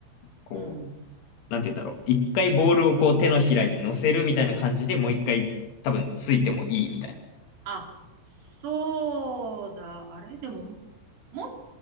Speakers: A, on the left; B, on the right.
A: こう
B: うん。
A: なんて言うんだろう。一回ボールをこう手のひらに乗せるみたいな感じでもう一回多分ついてもいいみたいな。
B: あ、そうだ。あれでも、持っ